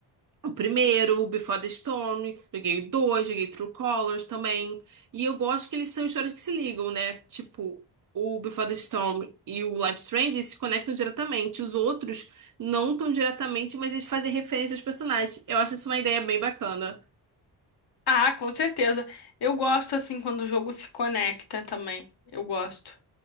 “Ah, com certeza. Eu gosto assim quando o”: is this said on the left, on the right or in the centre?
Left